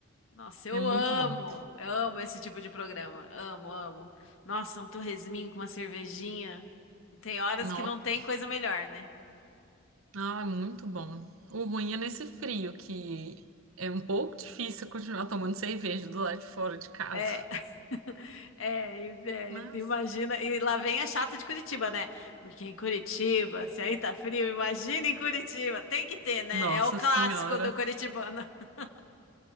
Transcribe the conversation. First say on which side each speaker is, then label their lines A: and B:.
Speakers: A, on the left; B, on the right.
A: Nossa, eu
B: É muito
A: amo,
B: bom.
A: eu amo esse tipo de programa. Amo, amo. Nossa, um torresminho com uma cervejinha. Tem horas
B: Nó,
A: que não tem coisa melhor, né?
B: nó, é muito bom. O ruim é nesse frio, que é um pouco difícil continuar tomando cerveja do lado de fora de casa.
A: É, <laughs> é, e- é,
B: Mas,
A: imagina, e lá vem a chata de Curitiba, né? Porque em Curitiba, se aí tá frio, imagina em Curitiba, tem que ter, né?
B: nossa
A: É o clássico
B: senhora,
A: do curitibano. <laughs>